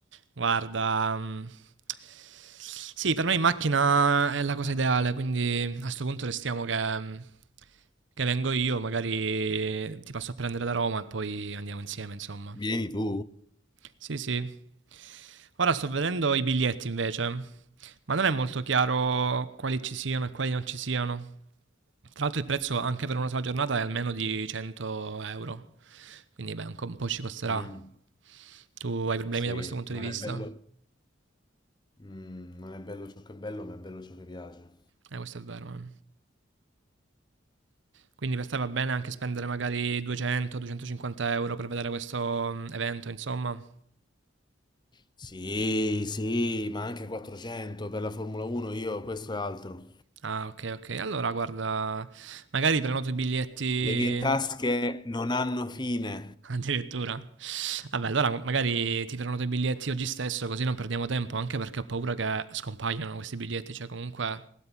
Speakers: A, on the right (about 70°); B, on the left (about 20°).
A: Guarda, mhmm, sì, per me in macchina è la cosa ideale, quindi a sto punto restiamo che mhmm, che vengo io, magari ti passo a prendere da Roma e poi andiamo insieme, insomma.
B: Vieni tu?
A: Sì, sì. Ora sto vedendo i biglietti invece, ma non è molto chiaro quali ci siano e quali non ci siano. Tra l'altro il prezzo anche per una sola giornata è almeno di 100 euro, quindi beh, un co- un po' ci costerà.
B: Mm,
A: Tu hai problemi
B: sì,
A: da questo punto
B: non
A: di vista?
B: è bello. Mm, non è bello ciò che è bello, ma è bello ciò che piace.
A: Eh, questo è vero. eh. Quindi per te va bene anche spendere magari 200-250 euro per vedere questo mm, evento, insomma.
B: Sì, sì, ma anche 400 per la Formula 1, io questo e altro.
A: Ah, ok, ok. Allora, guarda, magari prenoto i biglietti.
B: Le mie tasche non hanno fine.
A: <laughs> Addirittura? Vabbè, allora ma- magari ti prenoto i biglietti oggi stesso, così non perdiamo tempo, anche perché ho paura che scompaiano questi biglietti, cioè comunque,